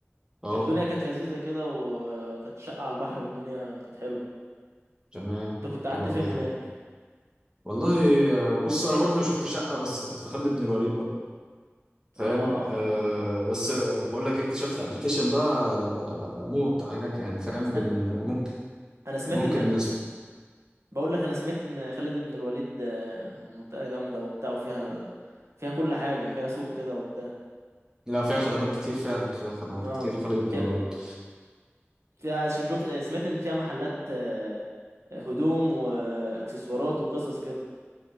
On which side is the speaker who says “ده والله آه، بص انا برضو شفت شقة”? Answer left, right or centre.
Right